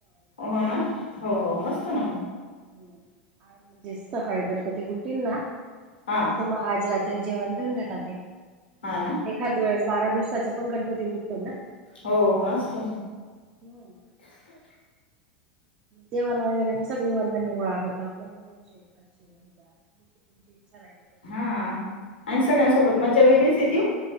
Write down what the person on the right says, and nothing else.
हम्म आणि म्हणजे सकाळी गणपती उठतील ना तसं
मग आज रात्री जेवण देऊन देत तेी
एखाद वेळेस बारा दिवसाचा पण गणपती उठतो ना
हम्म जेवण वगैरे मग सगळे वर्गाने गोळा करतात को दोनशे पाचशे हजार तुमची इच्छा राहिली तशी
हो